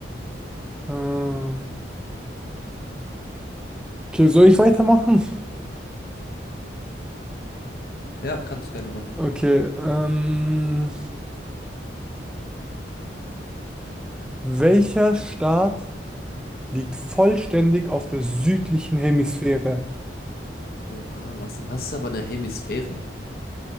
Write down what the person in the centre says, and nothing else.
Äh, okay, soll ich weitermachen?
Okay, ähm, welcher Staat liegt vollständig auf der südlichen Hemisphäre?